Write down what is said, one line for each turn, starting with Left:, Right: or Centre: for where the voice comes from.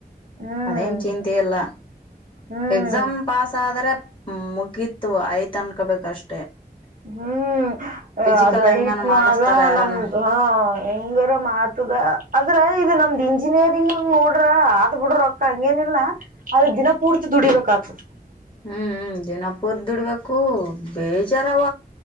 Right: ಹ್ಮ್
Left: ಅದೇನ್ ಚಿಂತೆ ಇಲ್ಲ
Right: ಹ್ಮ್
Left: ಎಕ್ಸಾಮ್ ಪಾಸ್ ಆದ್ರೆ ಹ್ಮ್ ಮುಗಿತ್ತು ಆಯ್ತ ಅನ್ಕೋಬೇಕ ಅಷ್ಟು
Right: ಹ್ಮ್
Left: ಫಿಸಿಕಲ್
Right: ಅದುಐಟ್ನು
Left: ಹೆಂಗನ ಮಾಡಿಸ್ತಾರ
Right: ಆದ ಹ
Left: ಯಾರನ
Right: ನಮ್ದು ಹ ಹೆಂಗರ ಮಾತುದ ಆದದ್ರೆ ಇದು ನಮ ಒಂದ್ ಇಂಜಿನಿಯರಿಂಗ್ ನೋಡ್ರ ಆದ್ ಬಿಡ್ರ ಅಕ್ಕ ಹಂಗೇನಿಲ್ಲಾ ಆದ್ರೆ
Left: ಹ್ಮ್
Right: ದಿನ ಪೂರ್ತಿ ದುಡಿಬೇಕಾಗ್ತದೆ <inaudible>
Left: ಹ್ಮ್ ದಿನಪುರ್ ದುಡ್ಬೇಕು ಬೇಜಾರಾವ